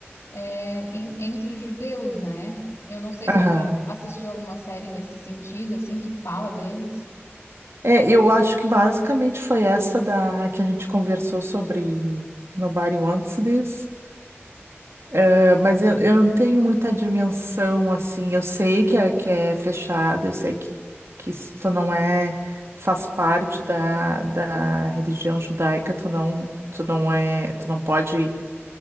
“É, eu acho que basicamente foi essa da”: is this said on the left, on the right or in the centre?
Right